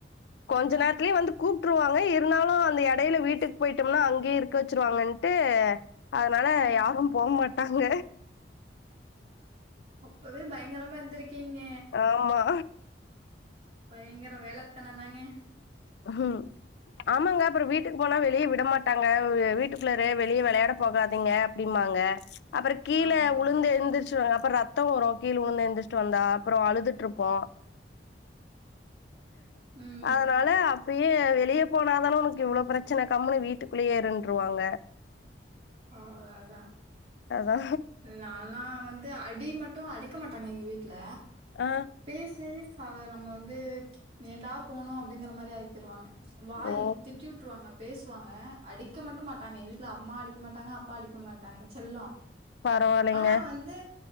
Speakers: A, on the left (about 70°); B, on the right (about 35°).
A: கொஞ்ச
B: ஆ
A: நேரத்துலயே வந்து கூப்ட்ருவாங்க இருந்தாலு அந்த எடைல வீட்டுக்கு போயிட்டம்னா அங்கயே இருக்க வெச்சிருவாங்கன்ட்டு அதனால
B: ம்
A: யாரு போக மாட்டாங்க
B: அப்பவே பயங்கரமா இருந்திருக்கீங்க
A: ஆமா
B: பயங்கர வேலத்தனந் தாங்க
A: ம் ம் ஆமாங்க அப்பற வீட்டுக்கு போனா வெளிய விடமாட்டாங்க வ் வீட்டுக்குள்ளாரே வெளிய வெளையாட போகாதீங்க அப்டின்பாங்க அப்பற கீழ
B: ஆமா
A: உழுந்து எந்திர்ச்சுவா அப்பற ரத் த்தம் வரு கீழ விழுந்து எந்திர்ச்ட்டு வந்தா அப்ற அழுதுட்டு இருப்பா
B: ம்
A: அதனால இப்பயே வெளிய போனாதான உனக்கு இவ்ளோ ப்ரச்சனை கம்முனு வீட்டுக்குள்ளயே இருன்ருவாங்க
B: அவ்ளதா
A: அதா
B: நால்லா வந்து அடி மட்டு அடிக்க மாட்டாங்க எங்க வீட்ல
A: ஆ
B: பேசியே சாவ நம்ம வந்து ஏன்டா போனோ அப்டிங்கிற மாரி ஆக்கிடுவாங்க வாய்
A: ஓ
B: திட்டி விட்ருவாங்க பேசுவாங்க அடிக்க மட்டு மாட்டாங்க எங்க வீட்ல அம்மா அடிக் க்க மாட்டாங்க அப்பா அடிக்க மாட்டாங்க செல்ல
A: பரவாயில்லைங்க
B: ஆனா வந் து